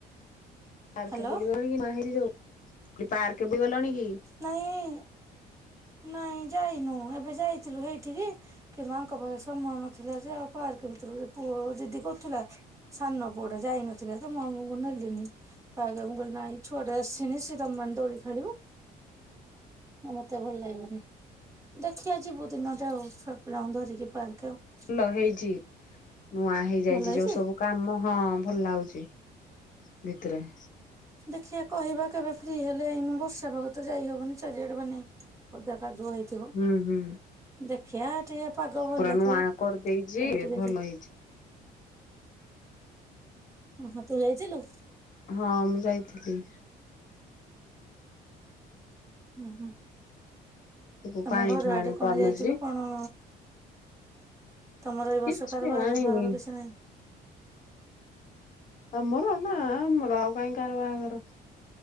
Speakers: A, on the left (about 50°); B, on the right (about 20°).
A: ପାର୍କ
B: ହ୍ୟାଲୋ
A: ବୁଲିଗଣି କି, <unintelligible> ପାର୍କ ବୁଲି ଗଲାଣି କି?
B: ନାହିଁ ନାହିଁ, ଯାଇନୁ। ଏବେ ଯାଇଥିଲୁ ହେଇଠିକି। କି, ମାଙ୍କ ପାଖରେ ସମୟ ନଥିଲା ଯେ? ଆଉ ପାର୍କ ଭିତରୁ ପୁଅ ଜିଦି କରୁଥିଲା। ସାନ ପୁଅଟା ଯାଇନଥିଲା ତ, ମୁଁ ମାମୁକୁ ନେଲିନି। ଆଁ, ମୁଁ କହିଲି ନାହିଁ, ଛୁଆଟ ଆସିନି। ସେ ତମେ ଦୋଳି ଖେଳିବ। ହଁ, ମତେ ଭଲ ଲାଗିବନି। ଦେଖିବା, ଯିବୁ ଦିନଟା ଆଉ। <unintelligible>
A: ହଁ ହେଇଛି। ନୂଆ ହେଇଯାଇଛି
B: ଭଲ ହେଇଛି
A: ଯୋଉ ସବୁ କାମ, ହଁ ଭଲ ଲାଗୁଚି ଭିତରେ।
B: ଦେଖିବା କହିବା କେବେ ହେଲେ ଏଇନୁ ବର୍ଷା ପାଗ ତ ଯାଇ ହବନି। ଚାରିଆଡେ ମାନେ ଓଦା କାଦୁଆ ହେଇ ଥିବ।
A: ହୁଁ ହୁଁ
B: ଦେଖିବା ଟିକେ ପାଗ ଭଲ
A: ପୁରା ନୂଆ
B: ଦଉ।
A: କରିଦେଇଛି
B: ଏବେ ଟିକେ
A: ଭଲ
B: ଯ
A: ହେଇଛି
B: ମତେ ଦେଇଥିଲୁ?
A: ହଁ ମୁଁ ଯାଇଥିଲି।
B: ଉଁ ହୁଁ,
A: ସବୁ
B: ତମ
A: ପାଣି
B: ଘରୁ
A: ଫାଣି
B: ଆଡେ କଣ
A: ଚାଲୁଛି
B: ଯାଇଥିଲୁ କଣ? ତମର ଏଇ
A: କିଛି
B: ବର୍ଷ କାହାର ବାହାଘର
A: ଆଣିନି
B: ଫାହାଘର କିଛି ନାହିଁ?
A: ଆମର ନା ଆମର ଆଉ କାଇଁ କାହାର ବାହାଘର।